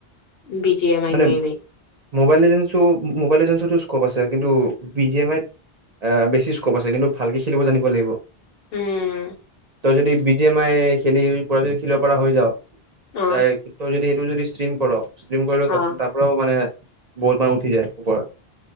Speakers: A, on the left; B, on the right.
A: বি জি এম আই
B: মানে,
A: কিবা কিবি
B: মোবাইল লেজেণ্ডছো মোবাইল লেজেণ্ডছতো স্কোপ আছে। কিন্তু বি জি এম আইত বেছি স্কোপ আছে, কিন্তু ভালকে খেলিব জানিব লাগিব
A: উম।
B: তই যদি বি জি এম আই খেলি পোৰা যদি খেলিব পৰা হৈ যাও
A: অ
B: তাইক তই যদি তু যদি ষ্টীম কৰ ষ্টীম
A: অ
B: তা পৰাও মানে বহুত মানুহ উঠি যায় ওপৰত।